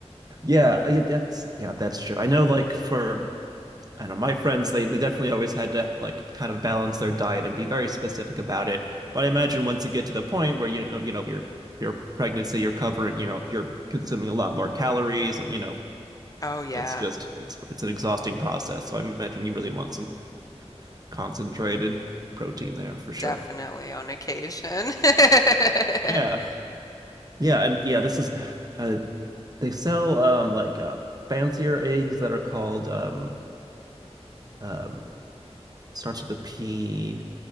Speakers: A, on the right (about 35°); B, on the left (about 30°).
A: Yeah, I- that's yeah, that's true. I know like for I don't know my friends, they, they definitely always had to like kind of balance their diet and be very specific about it. But I imagine once you get to the point where you know, you know, your your pregnancy, you're covering, you know, if you're consuming a lot more calories and you know,
B: Oh, yeah,
A: it's just it's it's an exhausting process. So I imagine you really want some concentrated protein there for sure.
B: definitely on occasion. <laughs>
A: Yeah. Yeah, and yeah, this is <sighs> uh, they sell um like uh fancier eggs that are called um um starts with a P,